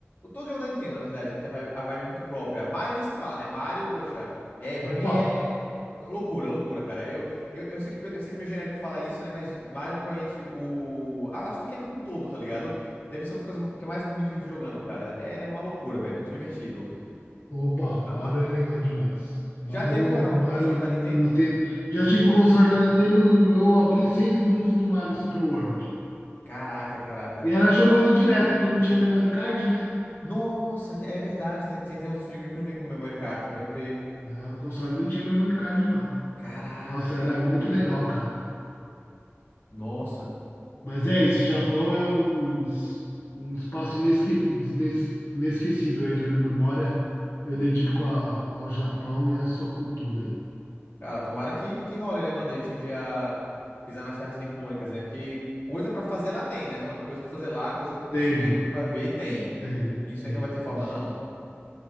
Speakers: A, on the left; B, on the left.
A: Todo jogo da Nintendo, na verdade, né? Tem a vibe a vibe muito própria. Mario nem se fala, né? Mario, poxa, é,
B: Opa!
A: pra mim é loucura, loucura, cara. Eu, eu, eu sei que, eu sei que meu genérico fala isso, né? Mas Mario, provavelmente, o. A, a franquia como um todo, tá ligado? Deve ser uma das coisas que eu mais me divirto jogando, cara. É uma loucura, velho. Muito divertido.
B: Opa,
A: Ma-
B: Mario
A: ma-
B: é legal demais. Mario,
A: já teve, cara,
B: Mario
A: no console da
B: Nintendo.
A: Nintendo?
B: Já tive console da Nintendo, eu abri seis mundos do Mario Super World.
A: Caraca, caraca.
B: E era jogando direto, porque não tinha memory card, né?
A: Nossa, que- é verdade. Tem, tem, tem uns videogames que eu não vi com Memory Card, pode crer.
B: É, O console não tinha memory card, não.
A: Caraca,
B: Nossa, era
A: loucura.
B: muito legal, cara.
A: Nossa.
B: Mas é isso, Japão é um, um espaço inesque, ines- inesquecível aí da minha memória. Eu dedico a- ao Japão e à sua cultura aí.
A: Cara, tomara que, que role, né, mano? Da gente um dia pisar nas terras nipônicas, né? Porque coisa pra fazer lá tem, né, mano? Coisa pra fazer lá, coisa pra consumir,
B: Tem, mano.
A: coisa pra ver tem.
B: Tem,
A: Isso
B: tem,
A: aí não vai ter falta,
B: tem sim.
A: não.